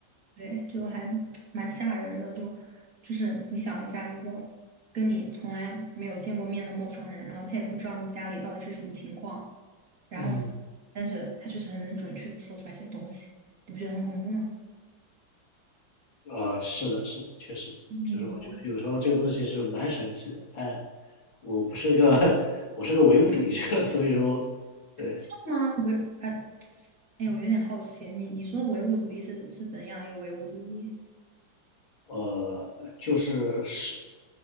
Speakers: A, on the right; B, on the left.
A: 对，就还蛮吓人的。就就是你想一下，一个跟你从来没有见过面的陌生人，然后他也不知道你家里到底是什么情况。然后，
B: 嗯，
A: 但是他就是很能准确的说出来一些东西，你不觉得很恐怖吗？
B: 呃，是的，是的，确实，
A: 嗯，
B: 就是我觉得有时候这个东西是蛮神奇的，但我不是个 <laughs> 我是个唯物主义者，所以说，对，
A: 是吗？维啊，哎，我有点好奇，你你说的唯物主义是是怎样一个唯物主义？
B: 呃，就是是